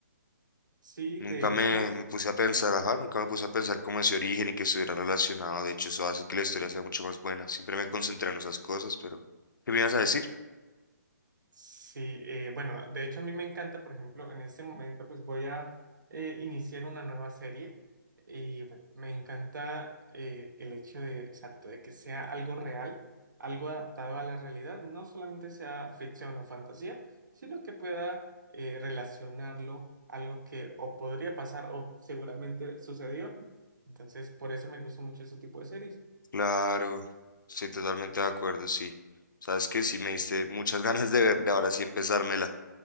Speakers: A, on the right (about 75°); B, on the left (about 80°).
A: Sí,
B: Nunca
A: de hecho,
B: me, me puse a pensar, ajá, nunca me puse a pensar cómo ese origen y que estuviera relacionado. De hecho, eso hace que la historia sea mucho más buena. Siempre me concentré en esas cosas, pero ¿qué me ibas a decir?
A: Sí, eh, bueno, de hecho a mí me encanta, por ejemplo, en este momento pues voy a eh, iniciar una nueva serie y bueno, me encanta eh, el hecho de, exacto, de que sea algo real, algo adaptado a la realidad, no solamente sea ficción o fantasía, sino que pueda eh, relacionarlo, algo que o podría pasar o seguramente sucedió. Entonces, por eso me gusta mucho este tipo de series.
B: Claro, estoy totalmente de acuerdo, sí. Sabes que sí me diste muchas <laughs> ganas de verla, ahora sí empezármela.